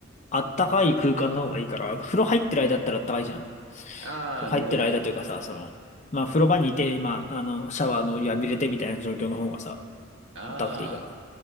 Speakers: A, on the left (about 35°); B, on the right (about 70°).
A: あったかい空間の方がいいから、風呂入ってる間だったらあったかいじゃん。
B: ああ、
A: 風呂入ってる間というかさ、
B: なるほどね。
A: その、まあ風呂場にいて、今、あの、シャワーのお湯浴びれてみたいな状況の方がさ、
B: ああ、
A: まあったかくていいから。